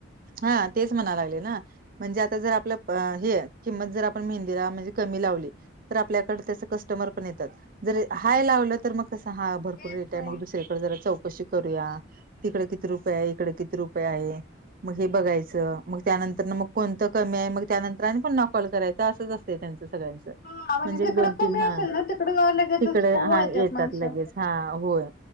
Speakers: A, on the right; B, on the left.
A: हा तेच म्हणायला लागले ना म्हणजे आता जर आपलं हे. किंमत जर आपण मेहंदीला म्हणजे कमी लावली. तर आपल्याकडे तस कस्टमर पण येतात जर हाय लावलं तर मग कस? भरपूर
B: येत
A: रेट
B: नाही.
A: आहे मग दुसरकडे जरा चौकशी करूया तिकडे किती रुपये आहे इकडे किती रुपये आहे. मग हे बघायचं मग त्यानंतर मग कोणतं कमी आहे मग त्यानंतर आणि पण नॉकॉल करायचं असंच असतं त्यांचं सगळ्यांच.
B: हा
A: म्हणजे
B: जिकडं
A: दोन
B: कमी
A: तीन हा
B: असेल ना तिकडे लगेचच
A: तिकडे
B: वळत्यात
A: हा येतात
B: माणसं.
A: लगेच. हा होय.